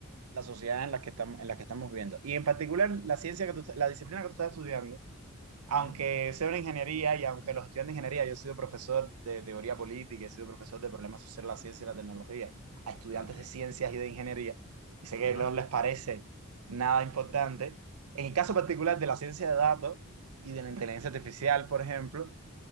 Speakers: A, on the right (about 80°); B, on the left (about 60°).
A: la sociedad en la que estamos, en la que estamos viviendo. Y en particular, la ciencia que tú, la disciplina que tú estás estudiando aunque
B: Ujú,
A: sea una ingeniería y aunque los estudiantes de ingeniería, yo he sido profesor de teoría política, he sido profesor de problemas sociales, la ciencia y la tecnología, a estudiantes
B: Ok.
A: de ciencias y de ingeniería, y sé
B: Ajá.
A: que no les parece nada importante. En el caso particular de la ciencia de datos y de la inteligencia artificial, por ejemplo,